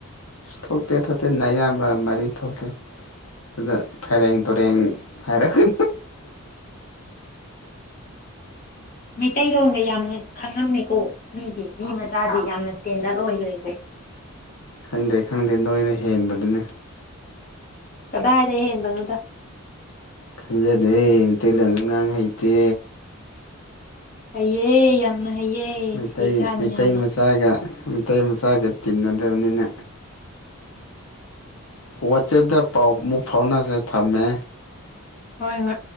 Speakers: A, on the left; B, on the left.
A: ꯊꯣꯇꯦ ꯊꯇ ꯅꯌꯥꯝ ꯃꯔꯤ ꯊꯣꯛꯇꯦ ꯑꯗꯨꯗ ꯐꯦꯔꯡ ꯇꯔꯦꯡ ꯍꯥꯏꯔꯛꯒ
B: ꯃꯤꯇꯩꯩꯇꯩꯂꯣꯟꯒ ꯌꯥꯝ ꯈꯪꯉꯝꯃꯤ ꯀꯣ ꯃꯤꯗꯤ ꯃꯤ ꯃꯆꯥꯗꯤ ꯌꯥꯝꯅ ꯏꯁꯇꯦꯟꯗꯔꯠ ꯑꯣꯏꯈ꯭ꯔꯦꯀꯣ
A: ꯈꯪꯗꯦ ꯈꯪꯗꯦ ꯅꯣꯏꯅ ꯍꯦꯟꯕꯗꯨꯅꯤ
B: ꯗꯔꯦ ꯌꯦꯟꯕꯅꯗ
A: ꯈꯟꯖꯗꯦ ꯃꯩꯇꯩꯂꯣꯟꯗ ꯉꯥꯡ ꯍꯩꯇꯦ
B: ꯑꯩꯌꯦ ꯌꯥꯝꯅ ꯍꯩꯌꯦ
A: ꯃꯩꯇꯩ
B: ꯍꯩ ꯆꯥꯅꯤ
A: ꯃꯩꯇꯩ
B: ꯌꯥꯝꯅ
A: ꯃꯆꯥꯒ ꯃ ꯃꯆꯥꯒ ꯇꯤꯟꯅꯗꯕꯅꯤꯅ ꯋꯥꯆꯦꯞꯇ ꯄꯥꯎ ꯑꯃꯨꯛ ꯐꯥꯎꯅꯁꯦ ꯊꯝꯃꯦ
B: ꯍꯣꯏ ꯍꯣꯏ